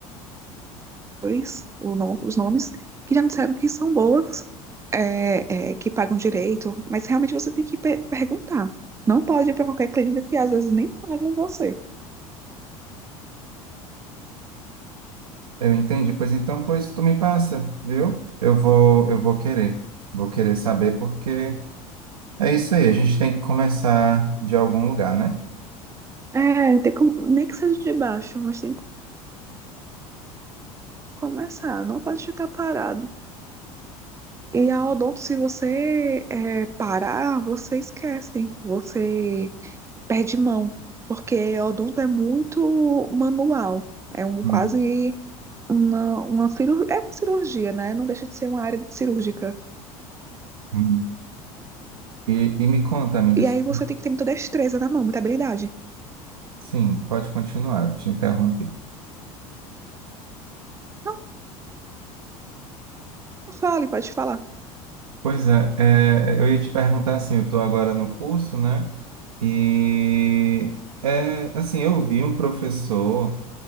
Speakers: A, on the right; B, on the right.
A: depois nom os nomes, que já me disseram que são boas, é, é, que pagam direito, mas realmente você tem que pe perguntar. Não pode ir para qualquer clínica que às vezes nem pagam você.
B: Eu entendi. Pois então, pois tu me passa, viu? Eu vou, eu vou querer. Vou querer saber porque é isso aí, a gente tem que começar de algum lugar, né?
A: É, tem como, nem que seja de baixo, mas tem que começar, não pode ficar parado. E a odonto, se você é, parar, você esquece, você perde mão, porque a odonto é muito manual, é um
B: Hum,
A: quase uma, uma cirurgia. É uma cirurgia, né? Não deixa de ser uma área cirúrgica.
B: hum. E, e me conta, amigas.
A: E aí você tem que ter muita destreza na mão, muita habilidade.
B: Sim, pode continuar, te interrompi.
A: Não, não fale, pode falar.
B: Pois é, é, eu ia te perguntar assim, eu estou agora no curso, né? E é assim, eu vi um professor.